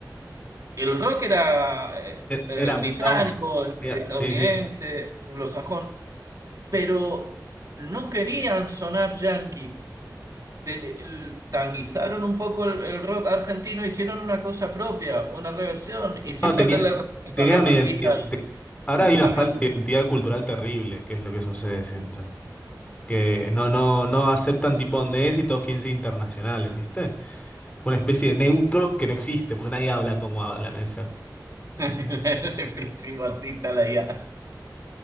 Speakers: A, on the right; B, on the left.
A: el rock era eh,
B: E-
A: eh,
B: Era,
A: británico,
B: no, era-
A: estadounidense,
B: sí, sí.
A: anglosajón, pero no querían sonar yankee te- el- tanguizaron un poco el, el rock argentino, hicieron una cosa propia, una reversión, y sin
B: No, tenía,
A: perderle el respeto
B: tenía
A: a los
B: una
A: artistas
B: identidad. Ahora
A: del
B: hay
A: mundo
B: una
A: anglosajón.
B: falta de identidad cultural terrible, que es lo que sucede, siento. Que no, no, no aceptan tipo donde es y todos quieren ser internacionales, ¿viste? una especie de neutro que no existe, porque nadie habla como habla ella.
A: <laughs> El próximo artista, la IA,